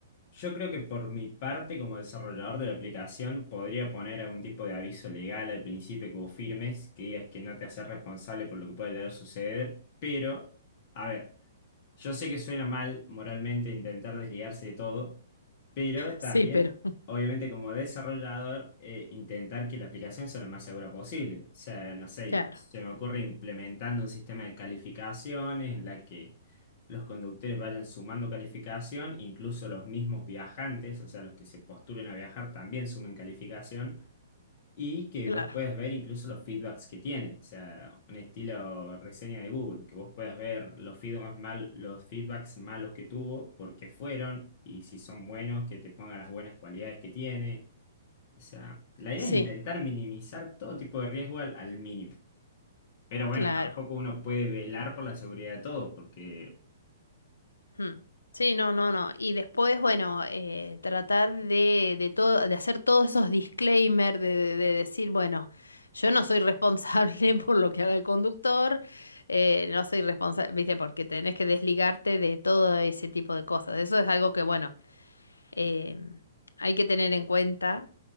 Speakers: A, on the left; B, on the left.
A: yo creo que por mi parte, como desarrollador de la aplicación, podría poner algún tipo de aviso legal al principio que vos firmes, que digas que no te haces responsable por lo que pueda llegar a suceder. Pero, a ver. Yo sé que suena mal moralmente intentar desligarse de todo, pero también,
B: Sí, pero
A: obviamente, como desarrollador, eh, intentar que la aplicación sea lo más segura posible. O sea, no sé,
B: Claro,
A: se me ocurre implementando un sistema de calificaciones en la que los conductores vayan sumando calificación, incluso los mismos viajantes, o sea, los que se postulen a viajar también sumen calificación y que
B: claro.
A: vos puedas ver incluso los feedbacks que tiene, o sea, un estilo reseña de Google, que vos puedas ver los feedbacks mal, los feedbacks malos que tuvo, por qué fueron y si son buenos, que te pongan las buenas cualidades que tiene. O sea, la idea
B: Sí,
A: es intentar minimizar todo tipo de riesgo al, al mínimo. Pero bueno,
B: claro.
A: tampoco uno puede velar por la seguridad de todos, porque
B: Hmm. Sí, no, no, no. Y después, bueno, eh, tratar de, de todo, de hacer todos esos disclaimers, de, de- de decir, bueno, yo no soy responsable <laughs> por lo que haga el conductor, eh, no soy responsable, viste, porque tenés que desligarte de todo ese tipo de cosas. Eso es algo que, bueno, eh, hay que tener en cuenta.